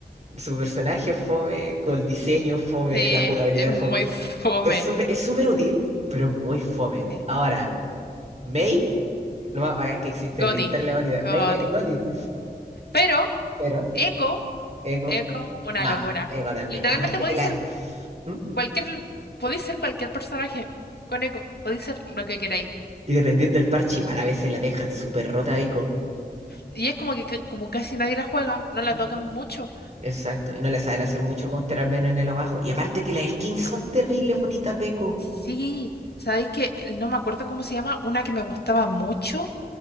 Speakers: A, on the right; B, on the left.
A: Su personaje es fome, con el diseño es fome,
B: Sí,
A: la jugabilidad
B: es muy
A: es fome.
B: <laughs> fome.
A: Es súper es súper útil, pero es muy fome.
B: Sí.
A: Ahora, Mei, lo más bacán que existe en
B: Goti,
A: la historia de la humanidad.
B: Goti.
A: Mei es Gotti,
B: Pero,
A: pero
B: Echo,
A: Ego,
B: Echo, una
A: no,
B: locura.
A: Ego también.
B: Literalmente
A: Aparte
B: podéis
A: que la...
B: ser
A: ¿Mm?
B: Cualquier, podéis ser cualquier personaje con eco, podéis ser lo que queráis.
A: Y dependiendo del parche, igual a veces la dejan súper rota Echo.
B: Y es como que ca- como casi nadie la juega, no la
A: Ujú.
B: tocan mucho.
A: Exacto, y no le saben hacer mucho counter al menos en el bajo. Y aparte que las skins
B: No.
A: son terribles bonitas de Q.
B: Sí, sabéis que no me acuerdo cómo se llama, una que me gustaba mucho,